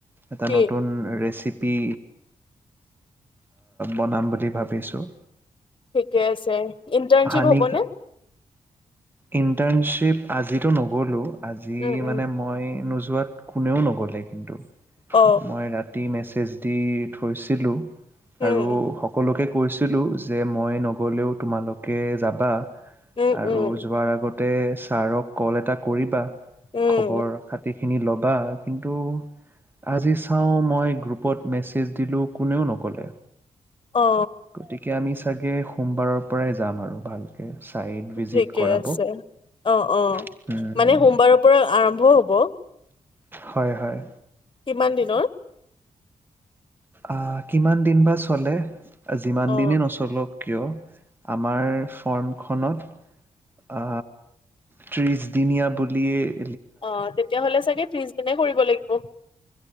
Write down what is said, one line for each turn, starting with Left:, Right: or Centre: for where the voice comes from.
Right: এটা
Left: কি
Right: নতুন ৰেচিপি পি বনাম বুলি ভাবিছোঁ।
Left: ঠিকে আছে ইণ্টাৰ্ণশ্বিপ
Right: হানি
Left: হ'বনে?
Right: ইণ্টাৰ্ণশ্বিপ আজি টো নগ'লো। আজি
Left: উম উম
Right: মানে মই নজ যোৱাত কোনেও নগ'লে কিন্তু
Left: অ
Right: মই ৰাতি মেচ এচ দি থৈছিলো।
Left: উম
Right: আৰু সকলোকে কৈছিলোঁ যে মই নগ'লেও তোমালোকে যাবা!
Left: উম
Right: আৰু
Left: উম
Right: যোৱাৰ আগত ততে ছাৰক কল এটা কৰিবা।
Left: উম
Right: খবৰ খাতি স খিনি ল'বা কিন্তু আজি চাওঁ মই গ্ৰুপত মেছেজ দিলোঁ কোনেও নক'লে
Left: অ!
Right: গতিকে আমি চাগে সোমবাৰৰ পৰাই যাম আৰু ভালকৈ ছাইট ভিজিট
Left: ঠিকে
Right: কৰাব
Left: আছে অ অ!
Right: উম,
Left: মানে সোমবাৰৰ পৰা আৰম্ভ হ'ব। ব
Right: হয় হয়
Left: কিমান দিনৰ
Right: আহ কিমান দিন বা চলে যিমান
Left: অ
Right: দিনেই নচলক কিয় আমাৰ ফ্ৰমখনত আ ত্ৰিছদিনীয়া বুলিয়েই
Left: অ তেতিয়া হ'লে চাগে ত্ৰিছ গিনে কৰিব। <unintelligible>